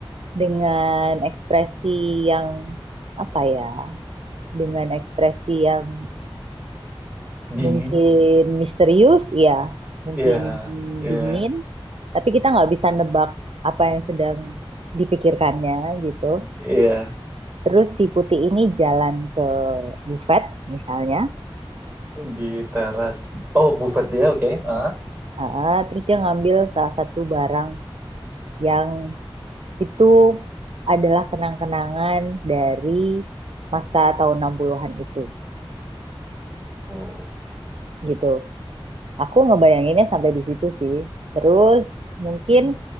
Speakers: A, on the right; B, on the right.
A: dengan ekspresi yang apa ya? Dengan ekspresi yang
B: dingin.
A: Mungkin misterius, ya. Mungkin
B: Iya, iya,
A: dingin, tapi kita nggak bisa nebak apa yang sedang dipikirkannya gitu.
B: iya.
A: Terus si putih ini jalan ke bufet misalnya,
B: Di teras. Oh, buffet dia, oke. Ah.
A: Ah, terus dia ngambil salah satu barang yang itu adalah kenang-kenangan dari masa tahun 60-an itu
B: Oh.
A: gitu. Aku ngebayanginnya sampai di situ sih. Terus mungkin
B: Hmm.